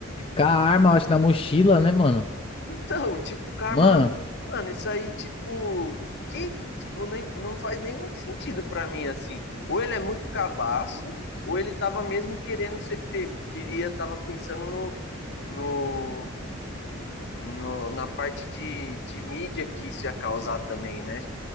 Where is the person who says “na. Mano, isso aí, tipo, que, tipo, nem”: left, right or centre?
Left